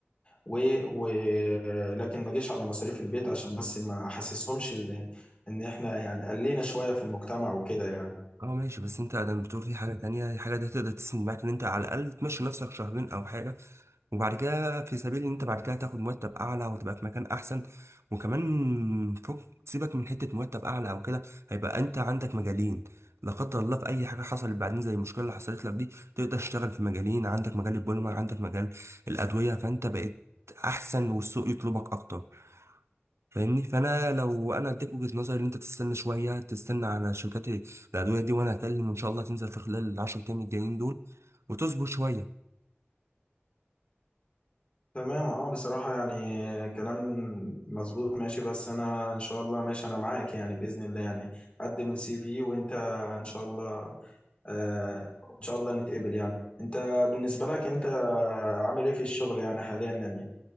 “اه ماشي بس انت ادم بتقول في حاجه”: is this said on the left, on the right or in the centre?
Right